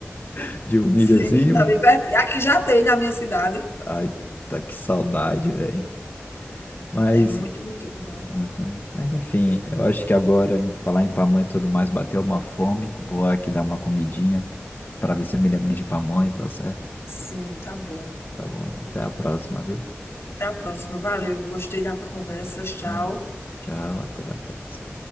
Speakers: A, on the left; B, on the left.
A: <laughs> de um milhozinho.
B: Sim, tá bem pertinho. Aqui já tem na minha cidade.
A: Ai, tá que saudade, velho. Mas,
B: É muito, muito bom.
A: aham. Mas enfim, eu acho que agora, em falar em pamonha e tudo mais, bateu uma fome. Vou aqui dar uma comidinha pra ver se eu me lembro de pamonha, tá certo?
B: Sim, tá bom.
A: Tá bom, até a próxima, viu?
B: Até a próxima. Valeu, gostei da conversa. Tchau.
A: Tá, Tchau, até a próxima.